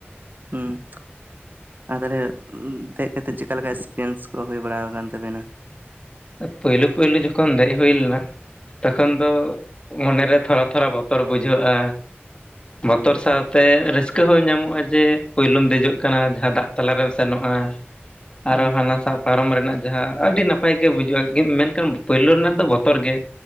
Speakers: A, on the right; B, on the left.
A: ᱦᱩᱸ᱾ ᱟᱨ ᱛᱟᱦᱞᱮ ᱫᱮᱡ ᱠᱟᱛᱮᱫ ᱪᱮᱠᱟ ᱞᱮᱠᱟ ᱮᱠᱥᱯᱮᱨᱤᱭᱮᱱᱥ ᱠᱚ ᱦᱩᱭ ᱵᱟᱲᱟ ᱟᱠᱟᱱ ᱛᱟᱵᱮᱱᱟ?
B: ᱯᱳᱭᱞᱳ ᱯᱳᱭᱞᱳ ᱡᱚᱠᱷᱚᱱ ᱫᱮᱡ ᱦᱩᱭᱞᱮᱱᱟ ᱛᱚᱠᱷᱚᱱ ᱫᱚ ᱢᱚᱱᱮ ᱨᱮ ᱛᱷᱚᱲᱟ ᱛᱷᱚᱲᱟ ᱵᱚᱛᱚᱨ ᱵᱩᱡᱷᱟᱹᱜᱼᱟ᱾
A: ᱦᱩᱸ
B: ᱵᱚᱛᱚᱨ ᱥᱟᱶᱛᱮ ᱨᱟᱹᱥ ᱠᱟᱹ ᱦᱚᱸ ᱧᱟᱢᱚᱜᱼᱟ ᱡᱮ ᱯᱳᱭᱞᱳᱢ ᱫᱮᱡᱚᱜ ᱠᱟᱱᱟ ᱡᱟᱦᱟᱸ ᱫᱟᱜ ᱛᱟᱞᱟᱨᱮᱢ ᱥᱮᱱᱚᱜᱼᱟ᱾
A: ᱦᱩᱸ
B: ᱟᱨᱚ ᱦᱟᱱᱟᱥᱟ ᱯᱟᱨᱚᱢ ᱨᱮᱱᱟᱜ ᱡᱟᱦᱟᱸ ᱟᱹᱰᱤ ᱱᱟᱯ ᱯᱟᱭ ᱜᱮ ᱵᱩᱡᱷᱟᱹᱜ-ᱟ, ᱢᱮᱱᱠᱷᱟᱱ ᱯᱳᱭᱞᱳ ᱨᱮᱱᱟᱜ ᱫᱚ ᱵᱚᱛᱚᱨ ᱜᱮ᱾